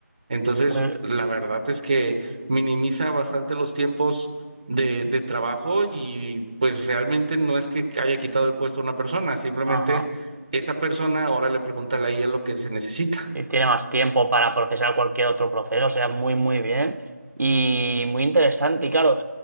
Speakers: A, on the right; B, on the right.
A: Entonces,
B: Muy,
A: la verdad es que minimiza bastante los tiempos de, de trabajo y pues realmente no es que haya quitado el puesto a una persona, simplemente
B: ajá.
A: esa persona ahora le pregunta a la IA lo que se necesita.
B: y tiene más tiempo para procesar cualquier otro proceso, o sea, muy, muy bien y muy interesante. Y claro,